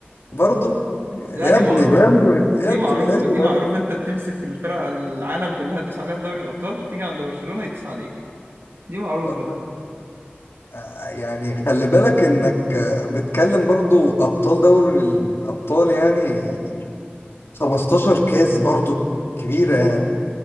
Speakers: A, on the left; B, on the right.
A: فبرضه
B: لا
A: يا
B: دي
A: ابني
B: معروف
A: يا ابني
B: دي
A: يا ابني
B: معروفة
A: بلاش يا
B: دي معروفة
A: ابني
B: انت بتمسك الفرق العالم كلها تدوس عليها في دوري الأبطال بتيجي عند برشلونة يدوس عليك دي معروفة
A: برضه
B: دي
A: آه، يعني خلي بالك انك آه، بتكلم برضه ابطال دوري الابطال يعني 15 كاس برضو كبيرة يعني